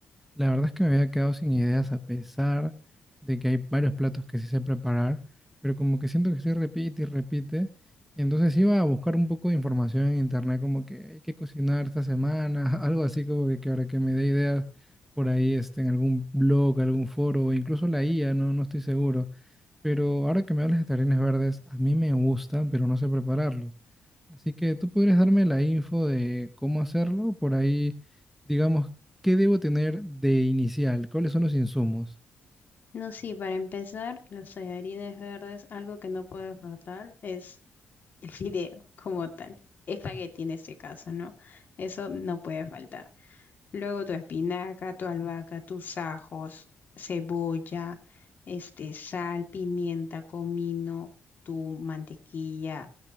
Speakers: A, in the centre; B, on the left.
A: La verdad es que me había quedado sin ideas a pesar de que hay varios platos que sí sé preparar, pero como que siento que sí repite y repite. Y entonces iba a buscar un poco de información en internet, como que hay que cocinar esta semana, <laughs> algo así como que, que ahora que me dé ideas por ahí este, en algún blog, algún foro, o incluso la IA, no, no estoy seguro. Pero ahora que me hablas de tarines verdes, a mí me gustan, pero no sé prepararlos. Así que tú podrías darme la info de cómo hacerlo, por ahí, digamos, ¿qué debo tener de inicial? ¿Cuáles son los insumos?
B: No, sí, para empezar, los tallarines verdes, algo que no puede faltar es el <laughs> fideo como tal. Espagueti en este caso, ¿no? Eso no puede faltar. Luego tu espinaca, tu albahaca, tus ajos, cebolla, este, sal, pimienta, comino, tu mantequilla,